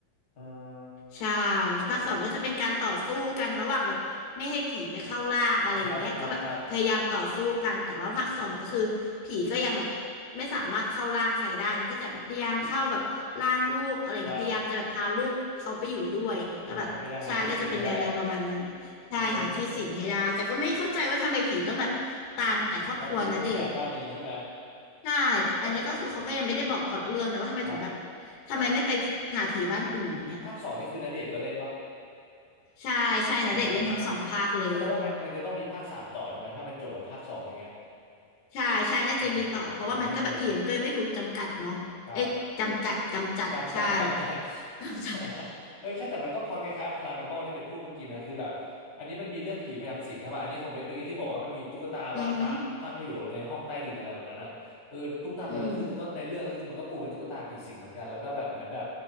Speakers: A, on the left (about 25°); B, on the left (about 85°).
A: อ่า
B: ใช่
A: อ่า
B: ภาคสองก็จะเป็นการต่อสู้กันระหว่างแบบไม่ให้ผีไปเข้าร่างอะไรอย่างเงี้ยก็แบบพยายามต่อสู้กันแต่ว่าภาคสองก็คือผีก็ยังแบบ
A: ครับ ครับ ครับ
B: ไม่สามารถเข้าร่างใครได้นะก็จะแบบพยายามเข้าแบบร่างลูกอะไรอย่างเงี้ยพยายามจะแบบพาลูกเขาไปอยู่ด้วยอย่างเงี้ยก็แบบใช่ก็จะเป็นแนวแนวประมาณนั้น
A: ครับ อ่าพยายามหาที่สิงให้ได้
B: ใช่หาที่สิงให้ได้แต่ก็ไม่เข้าใจว่าทำไมผีต้องแบบตามแต่ครอบครัวณเดชน์
A: เออเจ้าคิดเจ้าแค้นบ้านนี้ใช่ไหม
B: ใช่อันนี้ก็คือเขาก็ยังไม่ได้บอกพล็อตเรื่องนะว่าทำไมถึงแบบ
A: แล้วพระครับ
B: ทำไมไม่ไปผีหาผีบ้านอื่นอย่างเงี้ย
A: ภาค ภาคสองนี่คือณเดชน์ก็เล่นปะ
B: ใช่ใช่ณเดชน์เล่นทั้งสองภาคเลย
A: เอ่อนี่แสดงว่ามันมันจะต้องมีภาคสามต่อใช่ไหมถ้ามันจบแบบภาคสองอย่างเงี้ย
B: ใช่ใช่น่าจะมีต่อเพราะว่ามันก็แบบผีมันก็ยังไม่ถูกจำกัดเนาะเอ๊ะจำกัดกำจัดใช่
A: เออน่าดูครับ กำจัดกำจัด
B: กำจัด
A: <laughs> เออใช่แต่มันก็พอดคล้ายๆพารานอมลที่เป็นพูดเมื่อกี้นะคือแบบอันนี้มันมีเรื่องผีพยายามสิงใช่ป่ะอันนี้ของเบนเมื่อกี้ที่บอกว่ามันมีตุ๊กตาว่างตาตั้งไว้อยู่ในห้องใต้ดินอะไรแบบนั้นอ่ะเออตุ๊กตาตัวนั้นคือตุ๊กตาในเรื่องก็คือมันก็ปูเป็นตุ๊กตาผีสิงเหมือนกันแล้วก็แบบเหมือนแบบ
B: อือฮึอืม